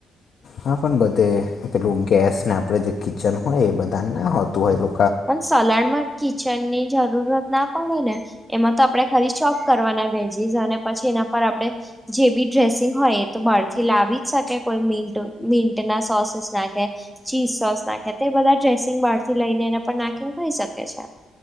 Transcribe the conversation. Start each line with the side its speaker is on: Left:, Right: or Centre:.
Left: હા પણ બધે પેલું ગેસને આપણેે જે કિચન હોય એ બધા ના હોતું હોય તો
Centre: પણ સલાડ માં કિચન ની જરૂરત ના પડે ને એમાં તો આપણે ખાલી ચોપ કરવાના વેજીસ અને પછી એના પર આપણે જે બી ડ્રેસિંગ હોય એ તો બારથી લાવી જ શકે કોઈ મી મીન્ટના સોસીસ નાખે ચીઝ સોસ નાખે તો એ બધા ડ્રેસિંગ બહાર થી લઈને એને પર નાખીને ખઈ શકે છે.